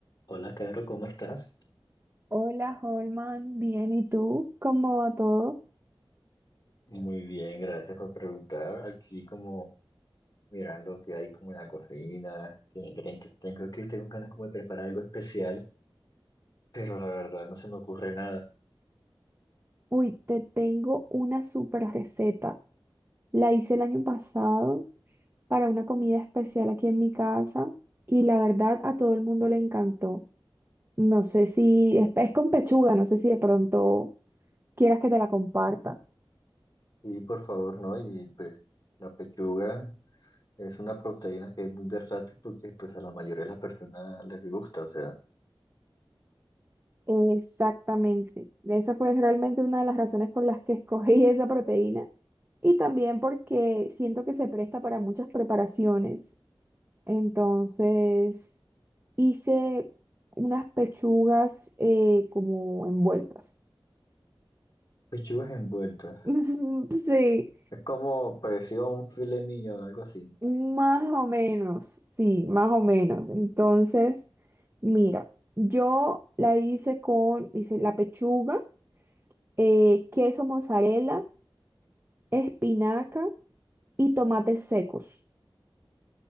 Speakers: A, on the left (about 45°); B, on the right (about 25°).
A: Hola, Caro, ¿cómo estás?
B: Hola, Holman, bien, ¿y tú? ¿Cómo va todo?
A: Muy bien, gracias por preguntar. Aquí como mirando qué hay como en la cocina, qué ingredientes tengo, que tengo ganas como de preparar algo especial, pero la verdad no se me ocurre nada.
B: Uy, te tengo una super receta. La hice el año pasado para una comida especial aquí en mi casa y la verdad a todo el mundo le encantó. No sé si es, es con pechuga, no sé si de pronto quieras que te la comparta.
A: Y por favor, no, y pues la pechuga es una proteína que es muy versátil porque pues a la mayoría de las personas les gusta, o sea,
B: Exactamente. Esa fue realmente una de las razones por las que escogí <laughs> esa proteína y también porque siento que se presta para muchas preparaciones. Entonces hice unas pechugas eh, como envueltas.
A: pechugas envueltas.
B: <laughs> Sí,
A: Es como parecido a un filet mignon, algo así.
B: más o menos, sí, más o menos. Entonces, mira, yo la hice con, hice la pechuga, eh, queso mozzarella, espinaca y tomates secos.